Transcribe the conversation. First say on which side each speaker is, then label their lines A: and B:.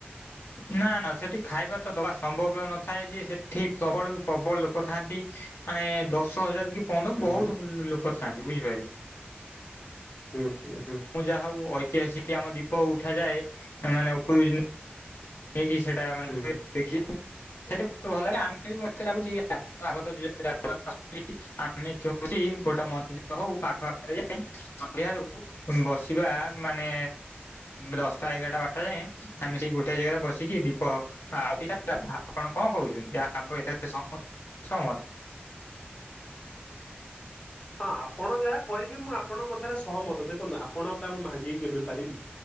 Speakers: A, on the left; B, on the left.
A: ନା ନା ସେଠି ଖାଇବା ତ ଦବା ସମ୍ଭବ ନଥାଏ ଯେ, ସେଠି ପ୍ରବଳରୁ ପ୍ରବଳ ଲୋକ ଥାଆନ୍ତି। ମାନେ ଦଶ ହଜାର କି ପନ୍ଦର
B: ହୁଁ
A: ବହୁତ ଲୋକ ଥାଆନ୍ତି ବୁଝିପାରିଲେ।
B: ହୁଁ, ହୁଁ, ହୁଁ।
A: ମୁଁ ଯାହା ହଉ ଐତିହାସିକ ଆମ ଦୀପ ଉଠାଯାଏ ମାନେ ଉପରକୁ ଯେ ନେଇକି ସେଟା ମାନେ
B: ହୁଁ।
A: ଦେଖି ସେଇଠି ଭଲ ଲାଗେ ଆମେ ବି ମତେ ଲାଗୁଛି <unintelligible> ଆମେ -ଯେଉଁଠି -ଗୋଟେ ମନ୍ଦିର ହଉ ପାଖ ପାଖ ଯାଇ <unintelligible> ବସିବା ମାନେ ଦଶଟା ଏଗାରଟା ବାରଟା ଯାଏଁ ଆମେ ସେଇ ଗୋଟେ ଜାଗାରେ ବସିକି ଦୀପ ଆଉ- ଆପଣ -କଣ କହୁଛନ୍ତି? <unintelligible> ସହମତ।
B: ହଁ ଆପଣ ଯାହା କହିବେ ମୁଁ ଆପଣଙ୍କ କଥାରେ ସହମତ। ଦେଖନ୍ତୁ ଆପଣ କାହା ମୁଁ ଭାଙ୍ଗିକି କେବେ ପାରିବି।